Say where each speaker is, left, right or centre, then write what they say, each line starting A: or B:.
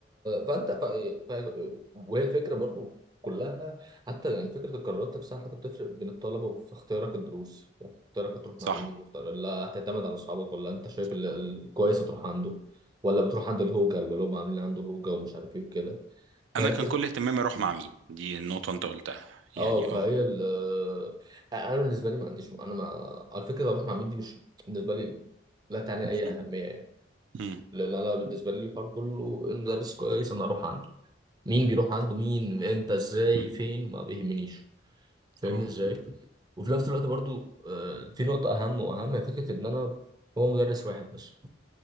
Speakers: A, on the right; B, on the right.
A: فانت ف... ف... وهي الفكره برضو كلها حتى يعني فكره القرارات نفسها حتى بتفرق بين الطلبه في اختيارك الدروس في اختيارك هتروح
B: صح
A: مع مين اختيار... لا هتعتمد على اصحابك ولا انت شايف
B: صح
A: ال- ال- الكويس هتروح عنده ولا بتروح عند الهوجه اللي هم عاملين عنده هوجه ومش عارف ايه وكده فهي
B: انا
A: بتخت...
B: كان كل اهتمامي اروح مع مين دي النقطه انت قلتها
A: اه
B: يعني
A: فهي
B: اه
A: ال انا بالنسبه لي ما عنديش انا ما على فكره اروح مع مين دي مش بالنسبه لي لا تعني اي
B: مم.
A: اهميه يعني
B: مم.
A: لان انا بالنسبه لي الحوار كله المدرس كويس انا اروح عنده مين بيروح عنده مين امتى ازاي
B: مم.
A: فين ما بيهمنيش فاهمني
B: اه
A: ازاي وفي نفس الوقت برضو آه، في نقطه اهم واهم هي فكره ان انا هو مدرس واحد بس